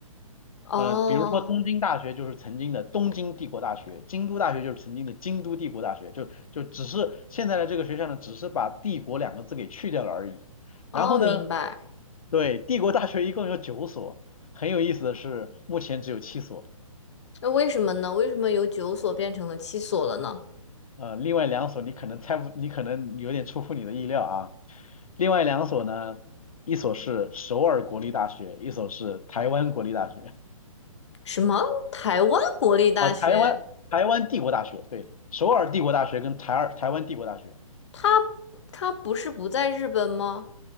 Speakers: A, on the left; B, on the left.
A: 哦，
B: 呃，比如说东京大学就是曾经的东京帝国大学，京都大学就是曾经的京都帝国大学，就就只是现在的这个学校呢，只是把“帝国”两个字给去掉了而已。
A: 哦，
B: 然后呢，
A: 明白。
B: 对，帝国大学一共有九所，很有意思的是，目前只有七所，
A: 那为什么呢？为什么由九所变成了七所了呢？
B: 呃，另外两所你可能猜不，你可能有点出乎你的意料啊。另外两所呢，一所是首尔国立大学，一所是台湾国立大学。
A: 什么？台湾国立大学？
B: 啊，台湾台湾帝国大学，对，首尔帝国大学跟台二台湾帝国大学，
A: 他他不是不在日本吗？